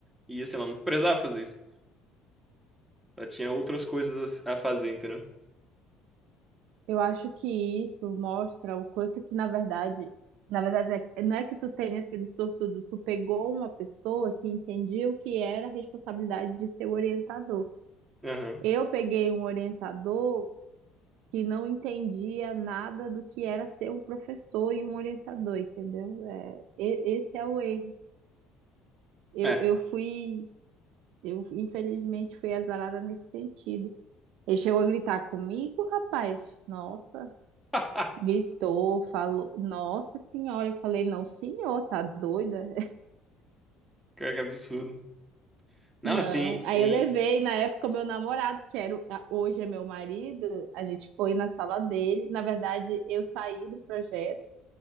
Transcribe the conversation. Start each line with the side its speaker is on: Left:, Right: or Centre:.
Centre: E assim, ela não precisava fazer isso. Ela tinha outras coisas a a fazer, entendeu?
Right: Eu acho que isso mostra o quanto que, na verdade, na verdade, é- que- não é que tu tenha sido sortudo, tu pegou uma pessoa que entendia o que era a responsabilidade de ser orientador.
Centre: Aham.
Right: Eu peguei um orientador que não entendia nada do que era ser um professor e um orientador, entendeu? É, e- esse é o erro. Eu,
Centre: É,
Right: eu fui, eu infelizmente fui azarada nesse sentido. Ele chegou a gritar comigo, rapaz. Nossa,
Centre: <laughs>
Right: gritou, falou. Nossa senhora, eu falei, não, senhor, tá doida? <laughs>
Centre: Cara, que é absurdo. Não,
Right: Não.
Centre: assim, e...
Right: Aí eu levei, na época, o meu namorado, que era, o- a- hoje é meu marido, a gente foi na sala dele. Na verdade, eu saí do projeto.